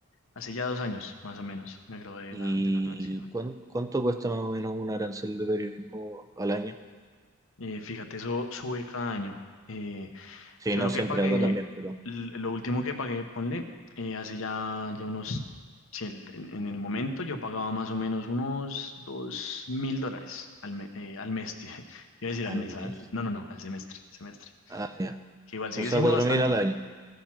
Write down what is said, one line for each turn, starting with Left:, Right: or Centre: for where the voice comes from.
Left: hace ya dos años, más o menos, me gradué de
Right: ¿Y
Left: la, de la universidad.
Right: cuán- cuánto cuesta más o menos un arancel de periodismo al año?
Left: Eh, fíjate, eso sube cada año. Eh,
Right: Sí,
Left: Yo
Right: no
Left: lo
Right: siempre
Left: que pagué,
Right: acá también, pero
Left: l- lo último que pagué, ponle, eh, hace ya, ya unos, si el- en, en el momento yo pagaba más o menos unos dos mil dólares al, me- eh, al mes, tío. <laughs> iba
Right: ¿a-
Left: a decir
Right: al
Left: al mes,
Right: mes.
Left: al, no, no, no, al semestre, semestre,
Right: Ah, ya.
Left: que igual sigue
Right: O sea,
Left: siendo
Right: 4.000
Left: bastante,
Right: al año.